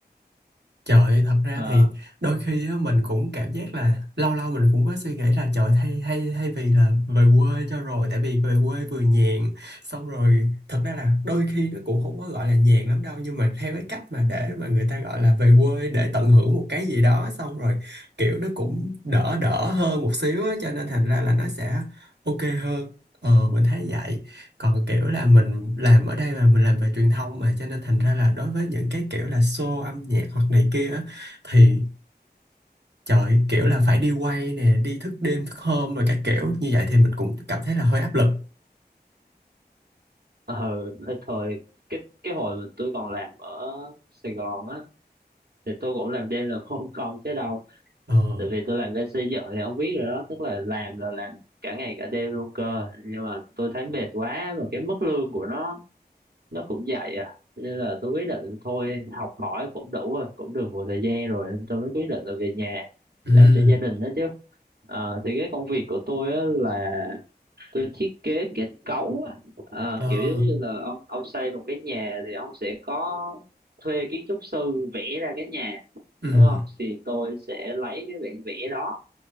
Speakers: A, on the right (about 80°); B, on the right (about 65°).
A: Trời ơi, thật ra
B: Ờ,
A: thì đôi khi á, mình cũng cảm giác là lâu lâu mình cũng có suy nghĩ là trời thay hay hay vì là về quê cho rồi tại vì về quê vừa nhàn xong rồi thật ra là đôi khi nó cũng không có gọi là nhàn lắm đâu nhưng mà theo cái cách mà để mà người ta gọi là về quê để tận hưởng một cái gì đó xong rồi kiểu nó cũng đỡ đỡ hơn một xíu á, cho nên thành ra là nó sẽ ok hơn ờ mình thấy vậy còn kiểu là mình làm ở đây và mình làm về truyền thông mà cho nên thành ra là đối với những cái kiểu là show âm nhạc hoặc này kia á, thì trời kiểu là phải đi quay nè đi thức đêm thức hôm rồi các kiểu như vậy thì mình cũng cảm thấy là hơi áp lực
B: ờ, ờ, thời cái cái hồi mà tôi còn làm ở Sài Gòn á thì tôi cũng làm đêm làm hôm không chứ đâu
A: ờ
B: tại vì tôi làm bên xây dựng thì ông biết rồi đó tức là làm là làm cả ngày cả đêm luôn cơ nhưng mà tôi thấy mệt quá và cái mức lương của nó nó cũng vậy à nên là tôi quyết định thôi học hỏi cũng đủ rồi cũng được một thời gian rồi nên tôi mới quyết định là về nhà
A: ừ
B: làm cho gia đình đó chứ Ờ, thì cái công việc của tôi á là tôi thiết kế kết cấu á. Ờ,
A: ờ
B: kiểu giống như là ông ông xây một cái nhà thì ông sẽ có thuê kiến trúc sư vẽ ra cái nhà
A: ừ
B: đúng không thì tôi sẽ lấy cái bản vẽ đó